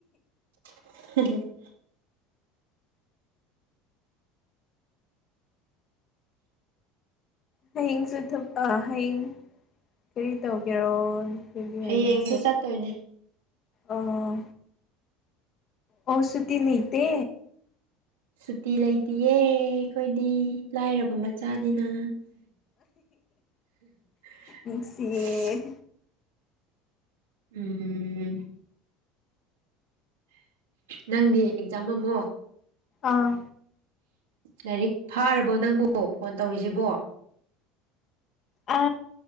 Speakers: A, on the right; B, on the left.
A: <inaudible>
B: ꯍꯌꯦꯡꯁꯨ ꯑ ꯊꯕꯥꯛ ꯍꯌꯦꯡ ꯀꯔꯤ ꯇꯧꯒꯦꯔꯣ ꯅꯈꯣꯏꯗꯤ
A: ꯍꯌꯦꯡꯁꯨ
B: ꯍꯌꯦꯡꯁꯦ
A: ꯆꯠꯇꯣꯏꯅꯦ
B: ꯑꯣ ꯑꯣ ꯁꯨꯇꯤ ꯂꯩꯇꯦ
A: ꯁꯨꯇꯤ ꯂꯩꯇꯌꯦ ꯑꯩꯈꯣꯏꯗꯤ ꯂꯥꯏꯔꯕ ꯃꯆꯥꯅꯤꯅ <unintelligible>
B: ꯅꯨꯡꯁꯤꯌꯦ
A: ꯎꯝ ꯅꯪꯗꯤ ꯑꯦꯛꯖꯥꯝ ꯑꯃꯃꯣ
B: ꯑꯥ
A: ꯂꯥꯏꯔꯤꯛ ꯐꯥꯔꯕꯣ ꯅꯪꯕꯣ ꯐꯣꯟ ꯇꯧꯔꯤꯁꯤꯕꯣ
B: ꯑ